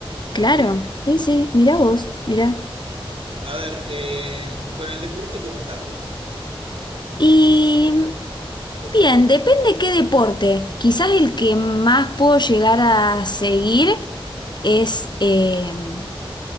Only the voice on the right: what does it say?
En
fin.
A ver, eh, con el deporte, ¿cómo estás vos?